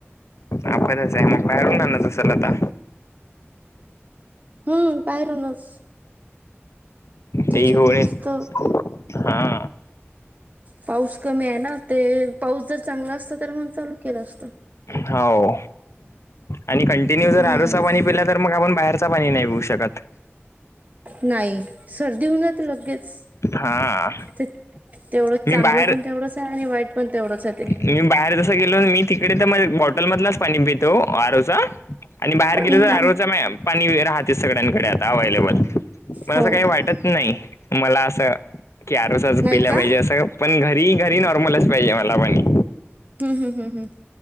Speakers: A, on the left (about 85°); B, on the right (about 35°).
A: आपलाचाय मग बाहेरून
B: हम्म
A: आणत असाल आता?
B: हम्म बाहेरूनच. त्याच्यामुळेच
A: ते होळीत
B: तर
A: हा.
B: पाऊस कमी हाय ना ते पाऊस जर चांगला असत तर मग चालू केलं असत.
A: हाव. आणि कंटिन्यू
B: हम्म
A: जर आरूचा पाणी पिला तर मग आपण बाहेरच पाणी नाय पिऊ शकत.
B: नाय सर्दी होऊन जाते लगेच.
A: हा
B: ते तेवढं
A: मी
B: चांगलं
A: बाहेर
B: पण तेवढंचाय आणि वाईट पण तेवढंचाय ते.
A: मी बाहेर जस गेलो मी तिकडे तर बॉटल मधलाच पाणी पीतो आरो चा. आणि बाहेर गेलो
B: हम्म
A: तर आरोचा
B: हम्म
A: पाणी राहते सगळ्यांकडे आता अवेलेबल. मला
B: हो
A: असं काय वाटत नाही मला असं की आरोचा
B: नाही
A: पिला
B: का
A: पाहिजे
B: हम्म
A: असं पण घरी घरी नॉर्मलच पाहिजे मला पणी.
B: हम् हम् हम्